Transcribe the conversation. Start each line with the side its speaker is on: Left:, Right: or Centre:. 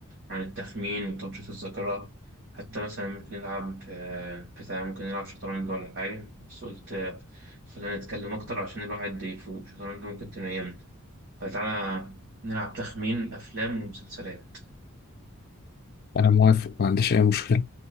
Right: عن التخمين وتنشيط الذاكرة حتى مثلا ممكن نلعب آه، بتاع ممكن نلعب شطرنج ولا حاجة بس قلت آه، خلينا نتكلم أكتر عشان الواحد يفوق شطرنج ممكن تنيمنا فتعالى نلعب تخمين أفلام ومسلسلات
Left: أنا موافق ما عنديش أي مشكلة